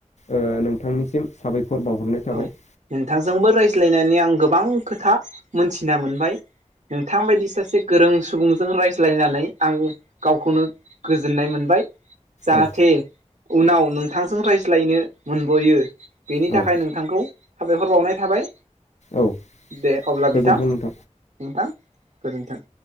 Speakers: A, on the left; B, on the right.
A: ओ नोंथांनिसिम साबायखर बावहरनाय थाबाय‌।
B: औ नोंथांजोंबो रायज्लायनानै आं गोबां खोथा मोनथिना मोनबाय। नोंथां बायदि सासे गोरों सुबुंजों रायज्लायनानै आं गावखौनो गोजोननाय मोनबाय। जाहाथे
A: औ
B: उनाव नोंथांजों रायज्लायनो मोनबोयो बेनि
A: औ
B: थाखाय नोंथांखौ साबायखर बावनाय थाबाय
A: औ
B: दे अब्ला
A: गोजोन्थों
B: बिथां।
A: नोंथां।
B: नोंथां गोजोन्थों।